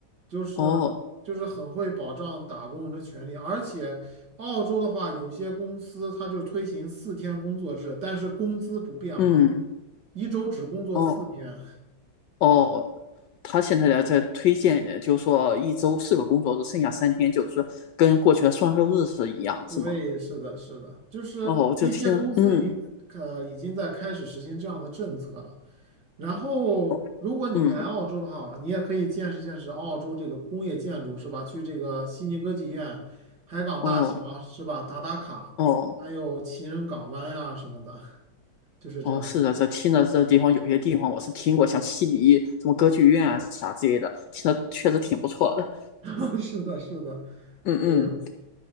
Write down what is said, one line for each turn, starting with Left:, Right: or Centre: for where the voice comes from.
Right: 就是就是很会保障打工人的权利，
Left: 哦，
Right: 而且澳洲的话，有些公司它就推行四天工作制，但是工资不变哈，
Left: 嗯。
Right: 一周只工作四天。
Left: 哦，哦，他现在在推荐的，就是说一周四个工作日，剩下三天，就是说跟过去的双休日是一样，
Right: 对，
Left: 是吗？
Right: 是的，是的，就是一些公司已经呃已经在开始实行这样的政策了。
Left: 哦，我就听了嗯，
Right: 然后，
Left: 哦，
Right: 如果你来澳洲的话，
Left: 嗯，
Right: 你也可以见识见识澳洲这个工业建筑，是吧？去这个悉尼歌剧院、海港大桥，
Left: 哦，
Right: 是吧？打打卡，
Left: 哦，
Right: 还有情人港湾呀、什么的，<laughs> 就是这样子。
Left: 哦，是的，这听着这地方有些地方我是听过，像悉尼什么歌剧院啊啥之类的，听着确实挺不错的。
Right: <laughs> 是的，是的，
Left: 嗯嗯
Right: 对呀。